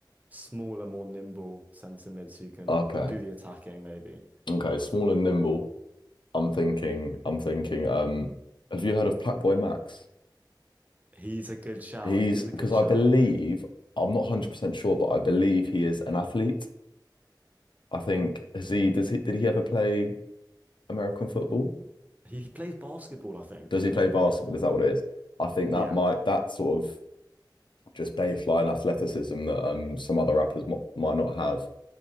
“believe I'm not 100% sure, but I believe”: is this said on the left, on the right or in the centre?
Left